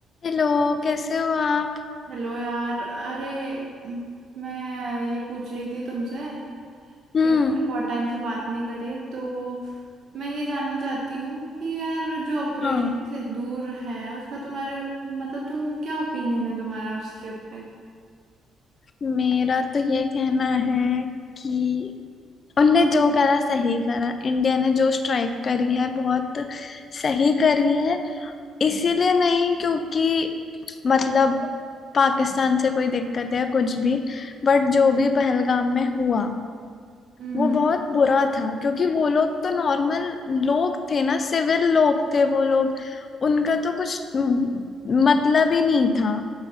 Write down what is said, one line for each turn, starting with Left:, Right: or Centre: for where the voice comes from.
Left: Hello कैसे हो आप
Right: Hello यार अरे म, मैं ये पूछ रही थी तुमसे
Left: हम्म
Right: कि अपन ने बहुत टाइम से बात नहीं करी है तो मैं ये जानना चाहती हूँ कि यार जो ऑपरेशन
Left: हाँ
Right: सिंदूर है उसका तुम्हारे मतलब तुम क्या ओपिनियन है तुम्हारा उसके ऊपर
Left: मेरा तो ये कहना है कि उनने जो करा सही करा इंडिया ने जो स्ट्राइक करी है बहुत सही करी है इसीलिए नहीं क्योंकि मतलब पाकिस्तान से कोई दिक्कत है कुछ भी बट जो भी पहलगाम में हुआ
Right: हम्म
Left: वो बहुत बुरा था क्योंकि वो लोग तो नॉर्मल लोग थे ना सिविल लोग थे वो लोग उनका तो कुछ मतलब ही नहीं था